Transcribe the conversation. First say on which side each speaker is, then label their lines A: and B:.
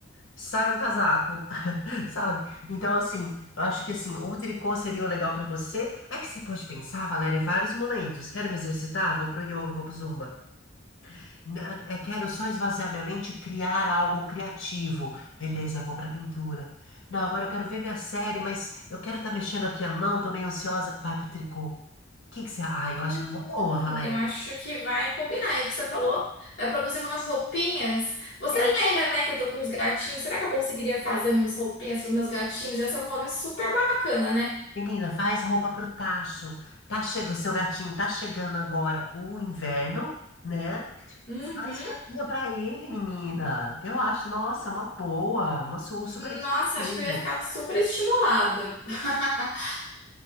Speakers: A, on the left (about 80°); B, on the left (about 60°).
A: sai um casaco, <laughs> sabe? Então, assim, eu acho que assim, o tricô seria o legal pra você. É que você pode pensar, Valéria, em vários momentos. Quero me exercitar? Vou pro yoga, vou pro zumba. Né, Eu quero só esvaziar minha mente e criar algo criativo. Beleza, vou pra pintura. Não, agora eu quero ver minha série, mas eu quero estar mexendo aqui a mão, tô meio ansiosa. Vai pro tricô. O que que você... Ah, eu
B: Hum,
A: acho que é uma boa, Valéria.
B: eu acho que vai combinar. E o que você falou, vai produzir umas roupinhas. Você
A: É,
B: lembra, né, que eu tô com uns gatinhos? Será que eu conseguiria fazer umas roupinhas para os meus gatinhos? Ia ser um hobby super bacana, né?
A: menina, faz roupa pro tacho. Tá chega o seu gatinho, tá chegando agora o inverno, né?
B: Uhum.
A: Faz roupinha pra ele, menina. Eu acho, nossa, é uma boa, uma, su- um super incentivo.
B: Nossa, acho que eu ia ficar super estimulada. <laughs>